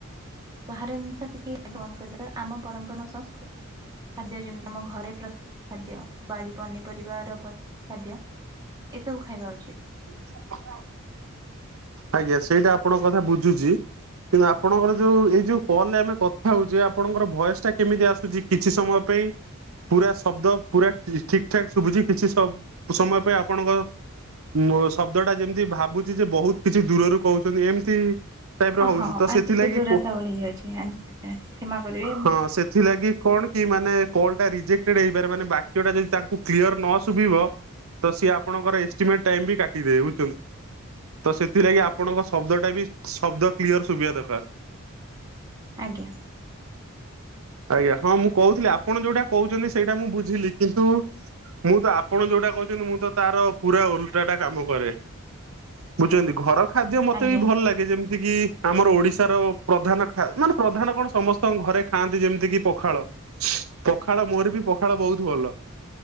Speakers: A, on the right (about 20°); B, on the right (about 85°).
A: ବାହାର ଜିନିଷ ଟିକେ ବନ୍ଦ କରି କାର ଆମ ପରମ୍ପ ମ ସଂସ୍କୃ ଖାଦ୍ୟ ଖାଦ୍ୟ ଯେମିତି ଆମ ଘରେ ପ୍ର ସୁତି ଖାଦ୍ୟ ବାଡ଼ି ପନିପରିବାର ପସ୍ତୁତି ଖାଦ୍ୟ ଏସବୁ ଖାଇବା ଉଚି
B: ସ ସ ଆଉ ଆଜ୍ଞା ସେଇଟା ଆପଣଙ୍କ କଥା ବୁଝୁଚି। କିନ୍ତୁ ଆପଣଙ୍କର ଯୋଉ ଏଇ ଯୋଉ କଲ୍ ରେ ଆମେ କଥା ହଉଚେ ଆପଣଙ୍କର ଭଏସ୍ ଟା କେମିତି ଆସୁଚି? କିଛି ସମୟ ପେଇଁ ପୁରା ଶବ୍ଦ ପୁରା ଠି ଠିକ୍ ଠାକ୍ ଶୁବୁଚି କିଛି ସ ସମୟ ପାଇଁ ଆପଣଙ୍କ ମୋ ଶବ୍ଦଟା ଯେମତି ଭାବୁଚି ଯେ ବହୁତ କିଛି ଦୂରରୁ କହୁଚନ୍ତି ଏମତି ଟାଇପ୍ ର
A: ଓହଁ
B: ହଉଚି ତ
A: ଆଉ
B: ସେଥିଲାଗି
A: ଟିକେ ଦୂରତା
B: କୋ
A: ବଢି ଯାଉଛି ଆଚ୍ଛା ଆଚ୍ଛା କ୍ଷମା କରିବେ
B: ହଁ ସେ ଥିଲାଗି କଣ କି ମାନେ କଲ୍ ଟା ରିଜେକ୍ଟେଡ଼ ହେଇପାରେ ମାନେ ବାକ୍ୟଟା ଯଦି ତାଙ୍କୁ କ୍ଲିଅର ନ ଶୁଭିବ ତ ସିଏ ଆପଣଙ୍କର ଏଷ୍ଟିମେଟ୍ ଟାଇମ୍ ବି କାଟିଦେବେ ବୁଝୁଚଁ? ତ ସେଥିଲାଗି ଆପଣଙ୍କ ଶବ୍ଦଟା ବି ଶବ୍ଦ କ୍ଲିୟର ଶୁଭିବା ଦକା
A: ଆଜ୍ଞା।
B: ଆଜ୍ଞା ହଁ ମୁଁ କହୁଥିଲି ଆପଣ ଯୋଉଟା କହୁଛନ୍ତି ସେଇଟା ମୁଁ ବୁଝ ବୁଝିଲି କିନ୍ତୁ ମୁଁ ତ ଆପଣ ଯୋଉଟା କଛନ୍ତି ମୁଁ ତ ତାର ପୁରା ଓଲଟାଟା କାମ କରେ। ବୁଝଛନ୍ତି ଘର ଖାଦ୍ୟ ମତେ
A: ଆଜ୍ଞା
B: ବି ଭଲ ଲାଗେ ଯେମିତି କିି ଆମର ଓଡିଶାର ପ୍ରଧାନ ମାନେ ପ୍ରଧାନ କଣ ସମସ୍ତଙ୍କ ଘରେ ଖାଆନ୍ତି ଯେମିତି କିି ପଖାଳ। ସୁ ପଖାଳ ମୋର ବି ପଖାଳ ବହୁତ ଭଲ।